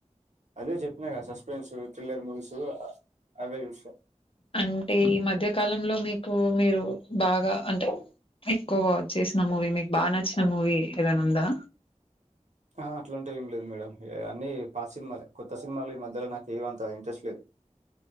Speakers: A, on the right (about 65°); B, on the left (about 45°).
A: అదే చెప్పినా కదా సస్పెన్సు థ్రిల్లర్ మూవీస్ అవ్వే చూస్తా
B: అంటే ఈ మధ్య కాలంలో మీకు మీరు బాగా అంటే ఎక్కువ వాచ్ చేసిన మూవీ మీక బా నచ్చిన మూవీ ఏదన్న ఉందా
A: ఆ అట్లాంటివి ఏం లేదు మేడం అన్నీ పాత సినిమాలే కొత్త సినిమాల ఈ మధ్యల నాకెమంత ఇంట్రెస్ట్ లేదు